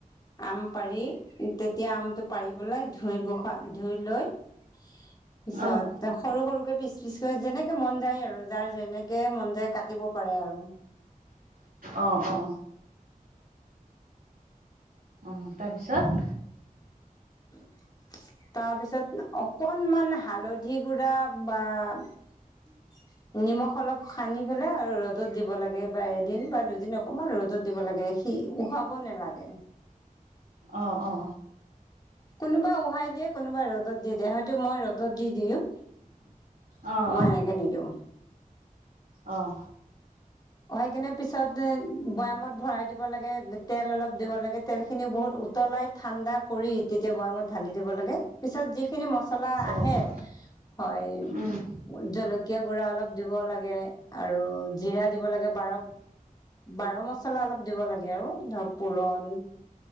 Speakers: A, on the left (about 25°); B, on the right (about 75°).
A: আম পাৰি তেতিয়া আমটো পাৰি পেলাই ধুই বখা ধুই লৈ পিছত
B: অঁ
A: সৰু সৰুকে পিচ পিচ যেনেকে মন যায় আৰু যাৰ যেনেকে মন যায় কাটিব পাৰে আৰু
B: অ' অ' অ' তাৰপিছত
A: <unintelligible> তাৰপিছত অকনমান হালধি গুড়া বা <inaudible> নিমখ অলপ সানি পেলাই আৰু ৰ'দত দিব লাগে বা এদিন বা দুদিন অকণমান ৰ'দত দিব লাগে উহাব নেলাগে।
B: অ', অ',
A: কোনোবা উহাই দিয়ে কোনোবা ৰ'দত দি দিয়ে হয়তো মই ৰ'দত দি দিওঁ
B: অঁ
A: মই এনেকে নিদিওঁ।
B: অঁ
A: হৈ কিনে পিছত বৈয়ামত ভৰাই দিব লাগে তেল অলপ দিব লাগে তেল খিনিও বহুত উতলাই ঠাণ্ডা কৰি তেতিয়া বৈয়ামত ঢালি দিব লাগে পিছত যি খিনি মছলা
B: অঁ
A: আহে হয়
B: অঁ
A: জলকীয়া গুড়া অলপ দিব লাগে আৰু জিৰা দিব লাগে বাৰ বাৰ মছলা অলপ দিব লাগে আৰু পুৰণ